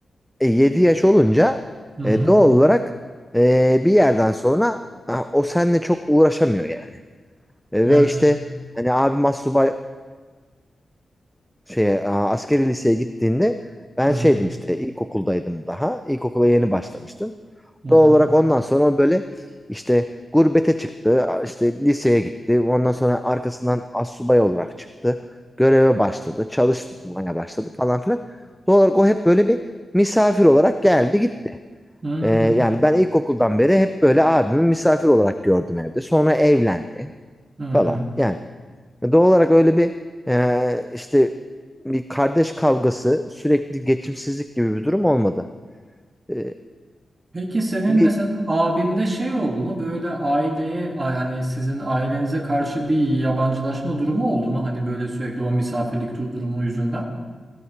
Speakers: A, in the centre; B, on the right.
A: E, 7 yaş olunca
B: Hı hı.
A: e, doğal olarak e, bir yerden sonra ha, o seninle çok uğraşamıyor yani. E,
B: Evet.
A: ve işte hani abim astsubay şey askeri liseye gittiğinde ben
B: Hı hı.
A: şeydim işte ilkokuldaydım daha. İlkokula yeni başlamıştım.
B: Hı hı.
A: Doğal olarak ondan sonra o böyle işte gurbete çıktı, işte liseye gitti. Ondan sonra arkasından astsubay olarak çıktı. Göreve başladı, çalışmaya başladı falan filan. Doğal olarak o hep böyle bir misafir olarak geldi gitti.
B: Hmm.
A: Ee, yani ben ilkokuldan beri hep böyle abimi misafir olarak gördüm evde. Sonra evlendi
B: Hı hı.
A: falan.
B: hı.
A: Yani doğal olarak öyle bir e, işte bir kardeş kavgası, sürekli geçimsizlik gibi bir durum olmadı. Ee,
B: Peki senin
A: bir,
B: mesela abinde şey oldu mu böyle aileye hani sizin ailenize karşı bir yabancılaşma durumu oldu mu? Hani böyle sürekli o misafirlik du- durumu yüzünden.